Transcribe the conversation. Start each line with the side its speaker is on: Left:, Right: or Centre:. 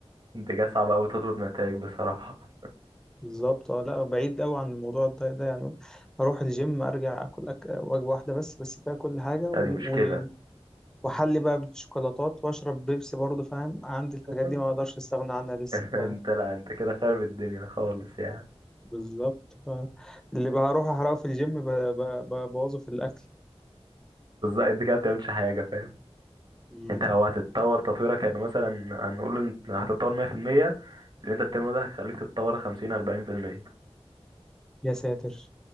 Right: انت كده صعب أوي تطلب نتائج بصراحة
Centre: بالظبط اه لا بعيد قوي عن الموضوع الدايت ده يعني اروح الجيم ارجع اكل أك... وجبه واحده بس بس فيها كل حاجه
Right: لا
Centre: و...
Right: دي مشكلة
Centre: و- واحلي بقى بشوكولاتات واشرب بيبسي برضه فاهم عندي الحاجات
Right: <laughs>
Centre: دي ما اقدرش استغنى عنها لسه
Right: انت
Centre: ف...
Right: لا انت كده خارب الدنيا خالص يعني
Centre: بالظبط ف... اللي بروح احرقه في الجيم ب... ب... ببوظه في الاكل
Right: بالظبط انت كده بتعملش حاجة فاهم
Centre: مم.
Right: انت لو هتتطور تطويرك يعني مثلا هنقول ان هتتطور 100% اللي انت بتعمله ده هيخليك تتطور 50 40%
Centre: يا ساتر